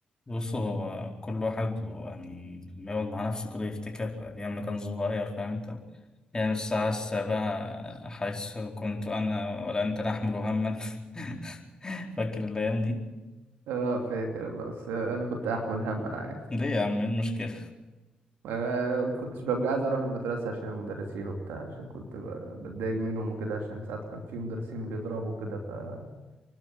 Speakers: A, on the left (about 20°); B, on the right (about 80°).
A: بص هو كل واحد يعني لما يقعد مع نفسه كده يفتكر أيام ما كان صغير فاهم أنت يعني الساعة السابعة حيث كنت أنا ولا أنت نحمل هما <laughs> فاكر الأيام دي
B: اه فاكر والله بس انا كنت احمل هم انا عارف
A: ليه يا عم إيه المشكلة
B: آه، ما كنتش ببقى عايز اروح المدرسه عشان المدرسين وبتاع عشان كنت ب- بتضايق منهم وكده عشان ساعات كان في مدرسين بيضربوا كده فكنت